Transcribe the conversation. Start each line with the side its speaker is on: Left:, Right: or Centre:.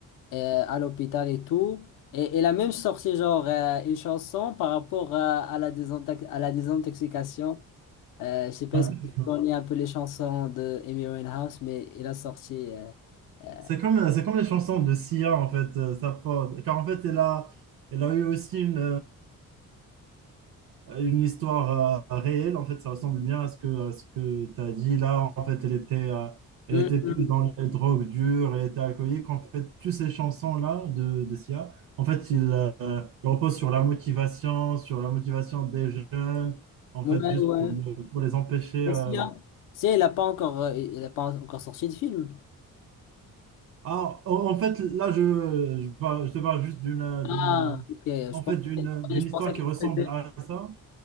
Left: euh, à l'hôpital et tout. Et il a même sorti genre euh, une chanson par rapport euh, à la désintox- à la désintoxication. Euh, je sais pas
Right: Ah,
Left: si
Right: d'accord.
Left: tu connais un peu les chansons de Amy Winehouse, mais il a sorti... euh, euh,
Right: c'est comme, euh, c'est comme les chansons de Sia, en fait. euh, Ça, porte- car en fait, elle a, elle a eu aussi une, Euh, une histoire euh, réelle, en fait, ça ressemble bien à ce que, à ce que tu as dit. Là, en fait, elle était, euh, elle
Left: mm,
Right: était plus
Left: mm.
Right: dans les drogues dures, elle était alcoolique. En fait, toutes ces chansons-là de, de Sia, en fait, il, euh, il repose sur la motivation, sur la motivation des jeunes, en
Left: Ouais,
Right: fait, juste
Left: ouais.
Right: pour, ne- pour les empêcher.
Left: Est-ce
Right: euh.
Left: qu'il y il a pas encore, euh, il a pas encore sorti de film.
Right: Ah, en en fait, là, je, je, parle- je te parle juste d'une,
Left: Ah,
Right: d'une, euh,
Left: ok. Je
Right: en
Left: pensais,
Right: fait, d'une, d'une
Left: je
Right: histoire
Left: pensais que
Right: qui ressemble
Left: c'était.
Right: à ça.